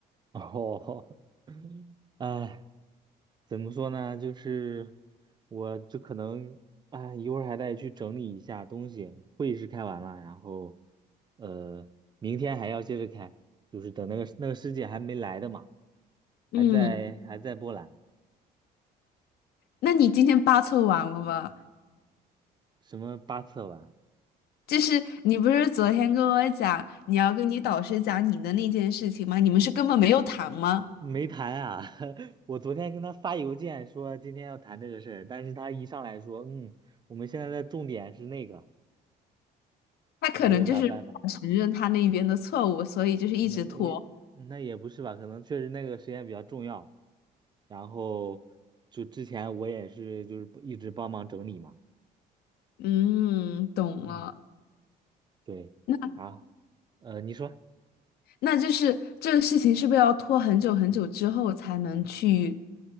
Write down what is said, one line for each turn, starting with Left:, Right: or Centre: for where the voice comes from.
Right: 哦，<laughs> 哎。怎么说呢？就是我就可能啊，一会儿还得去整理一下东西。会议室开完了，然后呃，明天还要接着开，就是等那个那个师姐还没来的嘛，
Left: 嗯，
Right: 还在还在波兰，
Left: 那你今天八凑完了吗？
Right: 什么八策完
Left: 就是你不是昨天跟我讲你要跟你导师讲你的那件事情吗？你们是根本没有谈吗？
Right: 没谈啊。<laughs> 我昨天跟她发邮件说今天要谈这个事儿，但是她一上来说，嗯，我们现在的重点是那个，
Left: 他可能就是不想承认他那边的错误，
Right: 那我有啥办法？
Left: 所以就是一直拖。
Right: 那也那也不是吧，可能确实那个时间比较重要。然后就之前我也是就是一直帮忙整理嘛，
Left: 嗯，懂了。
Right: 嗯，对，
Left: 那
Right: 啊，呃，你说
Left: 那就是这个事情是不是要拖很久很久之后才能去